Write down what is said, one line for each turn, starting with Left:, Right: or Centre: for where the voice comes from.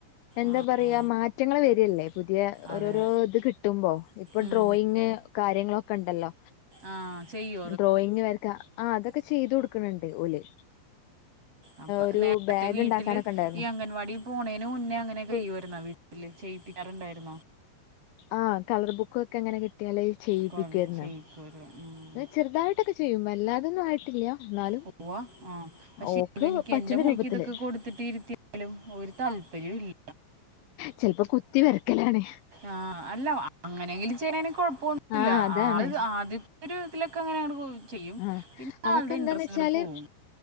Left: എന്താ
Right: ആ
Left: പറയാ
Right: ആ,
Left: മാറ്റങ്ങള് വരിയല്ലേ പുതിയ
Right: അതെ
Left: ഓരോരോ
Right: അതെ
Left: ഇത് കിട്ടുമ്പോ ഇപ്പൊ
Right: ഉം
Left: ഡ്രോയിങ് കാര്യങ്ങളൊക്കെ ഉണ്ടല്ലോ
Right: ആഹ് ചെയ്യും
Left: ഡ്രോയിങ് വരക്ക ആഹ് അതൊക്കെ ചെയ്തു കൊടു ക്ക്‌ണിണ്ട് ഓല്
Right: അപ്പൊ
Left: ഒരു
Right: നേരത്തെ
Left: ബാഗ്
Right: വീട്ടില്
Left: ഉണ്ടാക്കാനൊക്കെ ഉണ്ടാരുന്ന്
Right: ഈ അംഗൻവാടി പോണേന് മുന്നേ അങ്ങനൊക്ക ചെയ്യുവാരുന്നോ വീട്ടിൽ ചെയ്യിപ്പിക്കാറുണ്ടായിരുന്നോ?
Left: ആഹ് കളർ ബുക്കൊക്കെ അങ്ങനെ കിട്ടിയാല് ചെയ്യിപ്പിക്കുവാരുന്നു.
Right: കൊ- ചെയ്യിക്കുമായിരുന്നു ഉം.
Left: ചെറുതായി ട്ടൊക്ക ചെയ്യും വല്ലാതൊന്നും ആയിട്ടില്ല. എന്നാലും
Right: പോവാ ആഹ് പക്ഷേ
Left: ഓക്ക്
Right: ഇവനിക്ക്
Left: പറ്റണ
Right: എന്റെ മോൻക്ക്
Left: രൂപത്തില്
Right: ഇതൊക്കെ കൊടു ത്തിട്ടിരുത്തിയാലും ഒരു താല്പര്യവും ഇല്ല.
Left: ചെലപ്പോ കുത്തി വെരക്കലാണ്.
Right: ആഹ് അല്ല അങ്ങനെങ്കിലും ചെയ്യണേന് കൊഴപ്പൊന്നൂല്ല
Left: ആ അതാണ്
Right: ആളൊരു ആദ്യ ഒരു വിധത്തിലൊക്കെ അങ്ങനെയങ്ങടെ പോയി ചെയ്യും
Left: ആഹ്
Right: പിന്നെ
Left: അവക്ക്
Right: ആളുടെ
Left: എന്തുണ്ടേ
Right: ഇൻട്രസ്റ്റ് അങ്ങോട്ട്
Left: ച്ചാല്
Right: പോവും